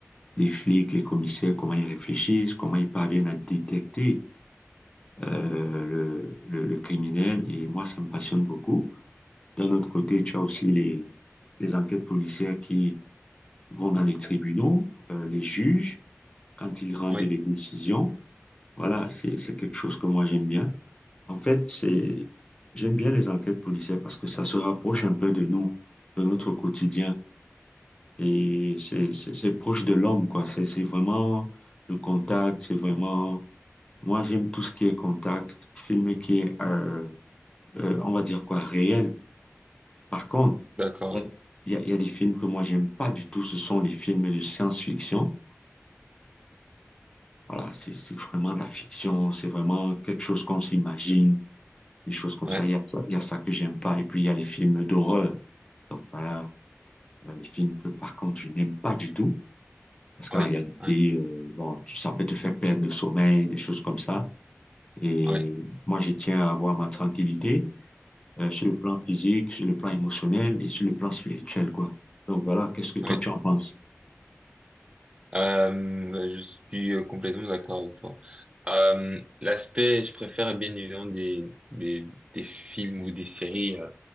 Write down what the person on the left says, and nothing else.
les flics, les commissaires, comment ils réfléchissent, comment ils parviennent à détecter euh, le, le, le criminel. Et moi, ça me passionne beaucoup. D'un autre côté, tu as aussi les, les enquêtes policières qui vont dans les tribunaux, euh, les juges, quand ils rendent
les décisions. Voilà, c'est, c'est quelque chose que moi j'aime bien. En fait, c'est, j'aime bien les enquêtes policières parce que ça se rapproche un peu de nous, de notre quotidien. Et c'est, c'est, c'est proche de l'homme, quoi. C'est, c'est vraiment le contact, c'est vraiment... Moi, j'aime tout ce qui est contact, film qui est, euh, euh, on va dire quoi, réel. Par contre,
il y a, il y a des films que moi, j'aime pas du tout. Ce sont les films de science-fiction. Voilà, c'est c'est vraiment de la fiction. C'est vraiment quelque chose qu'on s'imagine, des choses comme
ça. Il y a ça, il y a ça que j'aime pas. Et puis, il y a les films d'horreur. Donc, voilà, voilà les films que, par contre, je n'aime pas du tout.
Parce qu'en
réalité,
euh, bon, tu, ça peut te faire perdre le sommeil, des choses comme ça. Et
moi, je tiens à avoir ma tranquillité, euh, sur le plan physique, sur le plan émotionnel et sur le plan spirituel, quoi. Donc, voilà, qu'est-ce que toi,
tu en penses?